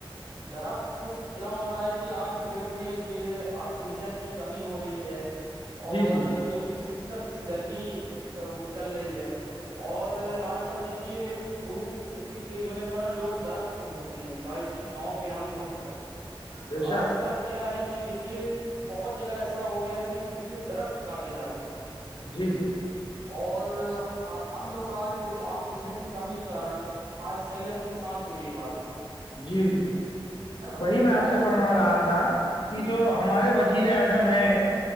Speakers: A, on the right (about 50°); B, on the left (about 60°).
A: درخت کیا ہو رہا ہے کہ آج کی ڈیٹ میں جو یہ آکسیجن کی کمی ہو رہی ہے اور
B: جی جی
A: جو کی شدت سی گرمی وہ چل رہی ہے اور آج کل دیکھیے دھوپ اتنی تیز ہونے کاارن لوگ درخت ڈھونڈتے ہیں کہ بھائی اس کی چھاؤں پہ ہم رک سکیں
B: بے
A: تو آج
B: شک
A: کل کیا ہے کہ دیکھیے بہت جگہ ایسا ہو گیا کہ کتنے درخت کاٹے جا رہے ہیں
B: جی جی
A: اور ہم لوگ آج دیکھیے آکسیجن کی کمی کارن آج صح رنگ سے سانس نہیں لے پا رہے ہیں
B: جی جی جی
A: ہے نا
B: وہی میں آپ
A: اور
B: سے فرما رہا تھا
A: جی
B: کہ جو ہمارے وزیر اعظم ہیں